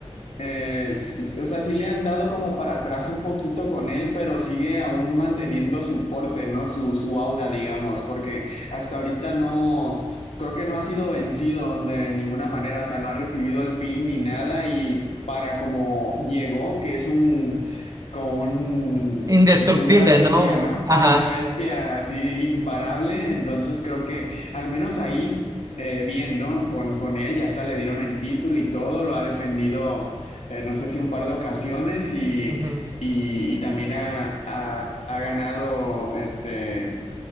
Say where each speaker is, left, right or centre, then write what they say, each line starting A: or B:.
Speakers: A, on the left; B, on the right.
A: Eh, sí, o sea, sí le han dado como para atrás un poquito con él, pero sigue aún manteniendo su porte, ¿no? Su, su aura, digamos, porque hasta ahorita no, creo que no ha sido vencido de ninguna manera, o sea, no ha recibido el pin ni nada y para como llegó, que es un, como un,
B: Indestructible,
A: una bestia,
B: ¿no?
A: ¿no?
B: Ajá.
A: Sí, una bestia así imparable, entonces creo que al menos ahí... eh, bien, ¿no? Con, con él, ya hasta le dieron el título y todo, lo ha defendido eh, no sé si un par de ocasiones y,
B: ujú,
A: y- y también ha, ha- ha ganado este,